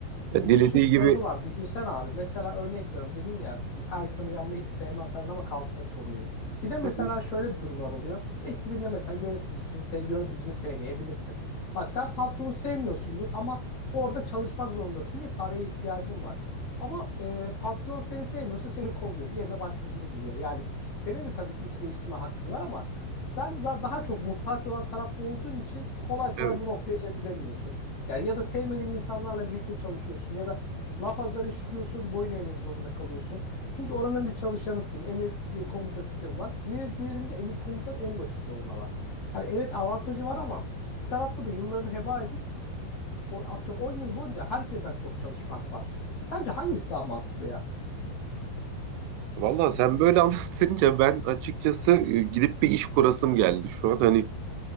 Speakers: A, on the right (about 90°); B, on the left (about 40°).
A: Ya
B: Bir de
A: dilediği
B: işin şu
A: gibi
B: tarafı var. Düşünsen abi. Mesela örnek veriyorum. Dedin ya erken uyanmayı hiç sevmem falan ama kalkmak zorundayım. Bir de mesela
A: Hı hı,
B: şöyle durumlar oluyor. Ekibinde mesela yöneticisi, yöneticini sevmeyebilirsin. Bak sen patronu sevmiyorsundur ama orada çalışmak zorundasın. Niye? Paraya ihtiyacın var. Ama e, patron seni sevmiyorsa seni kovuyor. Yerine başkasını buluyor. Yani senin de tabii ki iş değiştirme hakkın var ama sen za- daha çok muhtaç olan tarafta olduğun için kolay kolay
A: evet.
B: bu noktaya evrilemiyorsun. Yani ya da sevmediğin insanlarla birlikte çalışıyorsun ya da laf azları işitiyorsun, boyun eğmek zorunda kalıyorsun. Çünkü oranın bir çalışanısın. Emir e, komuta sistemi var. Bir diğerinde emir komutanın en başında olma var. Hani evet avantajı var ama bir tarafta da yıllarını heba edip o atıyorum 10 yıl boyunca herkesten çok çalışmak var. Sence hangisi daha mantıklı ya?
A: Valla sen böyle <laughs> anlatınca ben açıkçası e, gidip bir iş kurasım geldi şu an. Hani